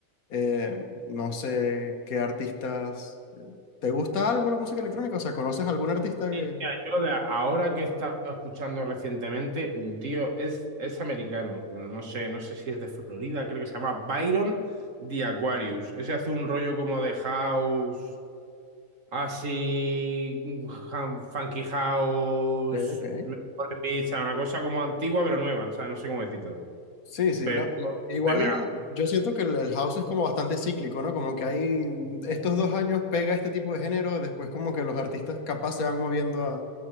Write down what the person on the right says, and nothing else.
Mira, yo de ahora que he estado escuchando recientemente, un tío es, es americano, bueno, no sé, no sé si es de Florida, creo que se llama Byron The Aquarius. Ese hace un rollo como de house, así, han- funky house,
Foreign Beach, o sea, una cosa como antigua pero nueva, o sea, no sé cómo decirlo.
Pero
estoy mega...